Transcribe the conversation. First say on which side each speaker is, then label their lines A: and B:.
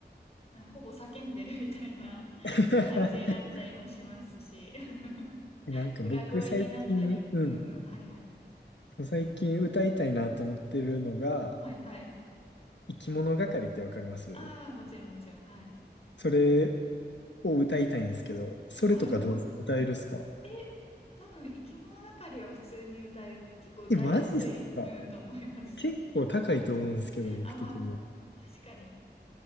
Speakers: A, on the left (about 35°); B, on the left (about 85°).
A: な、ほぼ叫んでるみたいな
B: <laughs>
A: <laughs> 感じになったりもしますし、<laughs>
B: なんか僕最近、
A: 裏声になったり。
B: うん。
A: うんうん、はいはい。
B: 最近歌いたいなって思ってるのが、
A: はいはい。
B: 生き物係ってわかります
A: ああ、もちろんもちろん。はい。
B: それ、を歌いたいんですけど、それとかどうですか歌えるっすか
A: はいはい。え、多分、生き物がかりは普通に歌える。結構歌いやすい、
B: え、マジっすか
A: うん、と思います。
B: 結構高いと思うんですけど、
A: <laughs>
B: 僕的には。
A: あ、まあ、確かに。